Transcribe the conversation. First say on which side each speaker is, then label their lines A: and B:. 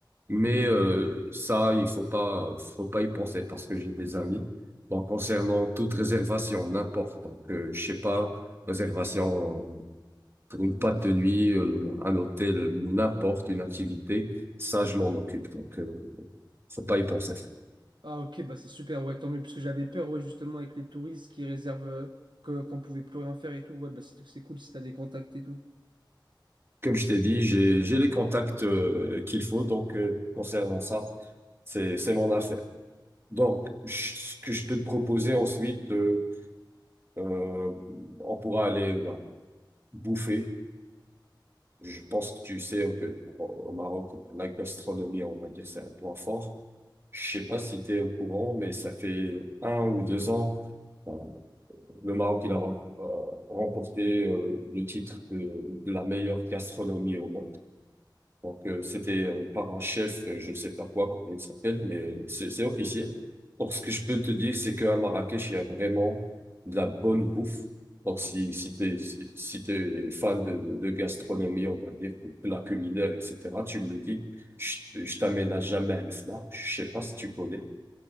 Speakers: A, on the right (about 30°); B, on the right (about 70°).
A: mais euh, ça il faut pas faut pas y penser parce que j'ai des amis. Donc concernant toute réservation, n'importe, donc euh, je sais pas, réservation euh, pour une boîte de nuit, euh, un hôtel, n'importe une activité, ça je m'en occupe. Donc euh, faut pas y penser.
B: Ah ok, bah c'est super, ouais, tant mieux, parce que j'avais peur, ouais, justement, avec les touristes qui réservent, euh, que, qu'on pouvait plus rien faire et tout, ouais, bah c'est c'est cool si t'as des contacts et tout.
A: Comme je t'ai dit, j'ai j'ai les contacts euh, qu'il faut, donc euh, concernant ça, c'est c'est mon affaire. Donc, je- ce que je peux te proposer ensuite, euh, euh, on pourra aller bah, bouffer. Je pense que tu sais un peu au au Maroc, bah, la gastronomie, on va dire, c'est un point fort. Je sais pas si tu es au courant, mais ça fait un ou deux ans, euh, le Maroc, il a rem- euh, remporté euh, le titre de, de la meilleure gastronomie au monde. Donc, euh, c'était euh, par un chef, euh, je ne sais pas quoi, comment il s'appelle, mais c'est c'est officiel. Donc, ce que je peux te dire, c'est qu'à Marrakech, il y a vraiment de la bonne bouffe. Donc, si, si t'es, si, si t'es fan de, de gastronomie, on va dire, de plats culinaires, etc., tu me le dis, je, je t'amène à jamais à Fna. Je sais pas si tu connais.